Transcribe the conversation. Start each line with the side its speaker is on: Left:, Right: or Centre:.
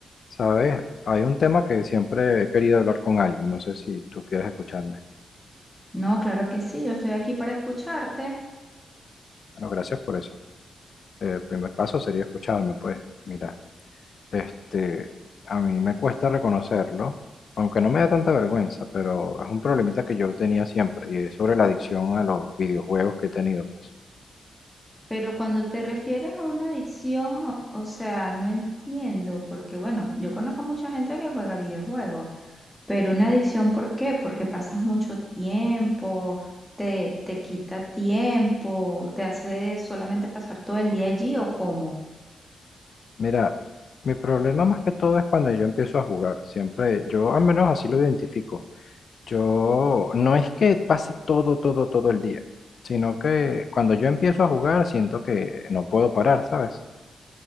Left: Sabes, hay un tema que siempre he querido hablar con alguien, no sé si tú quieres escucharme.
Centre: No, claro que sí, yo estoy aquí para escucharte,
Left: Bueno, gracias por eso. Eh, El primer paso sería escucharme, pues mira, este, a mí me cuesta reconocerlo, aunque no me da tanta vergüenza, pero es un problemita que yo tenía siempre y es sobre la adicción a los videojuegos que he tenido, pues.
Centre: pero cuando te refieres a una adicción, o, o sea, no entiendo, porque bueno, yo conozco mucha gente que juega videojuegos, pero una adicción, ¿por qué? Porque pasas mucho tiempo, te, te quita tiempo, te hace solamente pasar todo el día allí o cómo.
Left: Mira, mi problema más que todo es cuando yo empiezo a jugar, siempre, yo al menos así lo identifico. Yo no es que pase todo, todo, todo el día, sino que cuando yo empiezo a jugar siento que no puedo parar, ¿sabes?